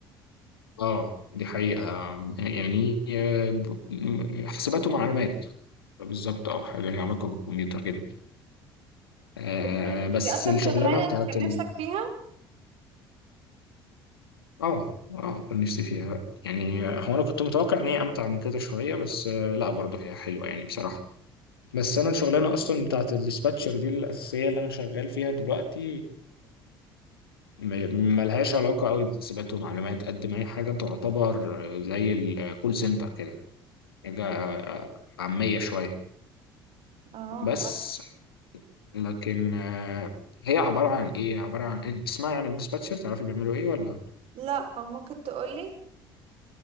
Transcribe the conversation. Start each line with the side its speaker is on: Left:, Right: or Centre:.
Left: اه دي حقيقة يعني آه، ب- حسابات ومعلومات بالظبط اه حاجة ليها علاقة بالكمبيوتر جدا آه
Right: أوكي. دي
Left: بس
Right: اصلا
Left: الشغلانة
Right: شغلانة
Left: بتاعت
Right: كان
Left: ال
Right: نفسك فيها
Left: اه اه كان نفسي فيها بقى يعني هو انا كنت متوقع ان هي امتع من كده شوية بس آه لا برضه هي حلوة يعني بصراحة بس انا الشغلانه اصلا بتاعت الdispatcher دي الاساسيه اللي انا شغال فيها دلوقتي م- ملهاش علاقه قوي بحسابات ومعلومات قد ما هي حاجه تعتبر زي الكول سنتر كده حاجه عاميه شويه
Right: اه
Left: بس لكن آه، هي عباره عن ايه عباره عن انت تسمعي عن الديسباتشر تعرفي بيعملوا ايه ولا
Right: لا ممكن تقولي